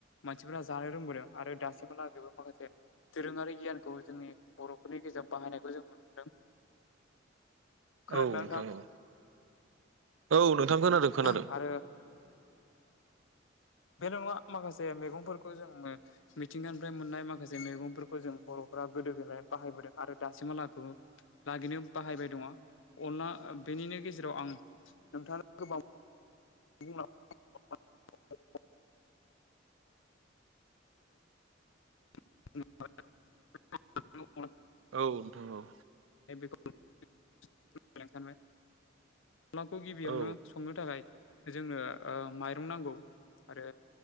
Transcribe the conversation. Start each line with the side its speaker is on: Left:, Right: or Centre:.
Left: मानसिफोरा जानो रोंबोदों आरो दासिमहालागैबो माखासे दोरोङारि गियानखौ जोंनि बर'फोरनि गेजेराव बाहायनायखौ जों नुनो मोन्दों खोनादोंना
Right: औ
Left: नोंथां
Right: औ औ नोंथां खोनादों
Left: औ
Right: खोनादों
Left: आरो बेल नङा माखासे मैगंफोरखौ जोङो मिथिंगानिफ्राय मोननाय माखासे मैगंफोरखौ जों बर'फोरा गोदो गोलाय बाहायबोदों आरो दासिमहालागै लागिनो बाहायबाय दङ अनला बेनिनो गेजेराव आं नोंथां गोबां ज <unintelligible> <unintelligible>
Right: औ नोंथां औ
Left: <unintelligible> सानबाय अनलाखौ गिबियावनो
Right: औ
Left: संनो थाखाय जोंनो ओ माइरं नांगौ आरो